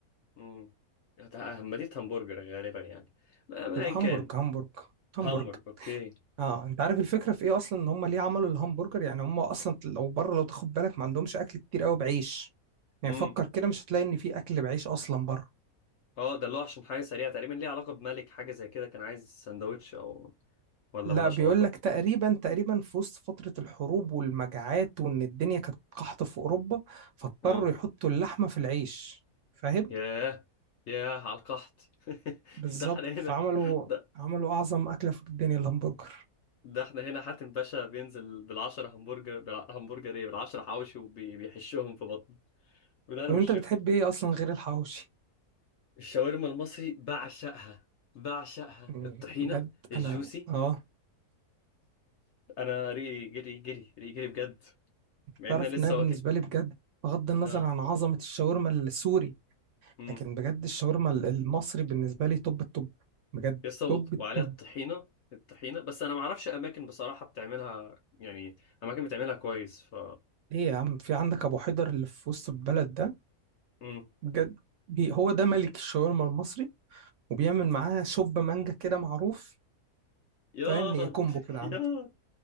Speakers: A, on the left (about 65°); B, on the right (about 65°).
A: امم همديت همبرجر غالبا يعني ما ما
B: لا
A: ايا كان
B: هامبورج هامبورج هامبورج
A: همبرج اوكي
B: اه انت عارف الفكره في ايه اصلا ان هم ليه عملوا الهمبرجر يعني هم اصلا لو بره لو تاخد بالك ما عندهمش اكل كتير قوي بعيش يعني
A: امم
B: فكر كده مش هتلاقي ان في اكل بعيش اصلا بره
A: اه ده اللي هو عشان حاجه سريعه تقريبا ليه علاقه بملك حاجه زي كده كان عايز سندوتش او ولا
B: لا
A: ملهاش
B: بيقول
A: علاقه
B: لك تقريبا تقريبا في وسط فتره الحروب والمجاعات وان الدنيا كانت قحط في اوروبا فاضطروا
A: اه
B: يحطوا اللحمه في العيش فاهم
A: ياه ياه على القحط <laughs>
B: بالظبط
A: ده احنا هنا
B: فعملوا
A: ده
B: عملوا اعظم اكله في الدنيا الهمبرجر
A: ده احنا هنا حاتم باشا بينزل بالعشرة همبرجر بالهمبرجر ايه بالعشرة حواوشي وبيحشهم في بطنه بالهنا
B: طب
A: والشفا
B: انت بتحب ايه اصلا غير الحواوشي
A: الشاورما المصري بعشقها بعشقها
B: مم،
A: الطحينة
B: بجد
A: الجوسي
B: انا اه
A: انا ريقي جري جري ريقي جري بجد مع
B: تعرف
A: ان انا لسه
B: ان انا بالنسبه
A: واكل
B: لي بجد بغض النظر
A: اه
B: عن عظمه الشاورما السوري
A: امم
B: لكن بجد الشاورما ال- المصري بالنسبه لي توب التوب بجد
A: لسه وط-
B: توب التوب
A: وعليها الطحينه الطحينه بس انا ما اعرفش اماكن بصراحه بتعملها يعني اماكن بتعملها كويس ف
B: ليه يا عم في عندك ابو حيدر اللي في وسط البلد ده
A: امم
B: بجد بي هو ده ملك الشاورما المصري وبيعمل معاها شوب مانجا كده معروف
A: ياض
B: فاهم هي كومبو كده
A: ياض
B: عندك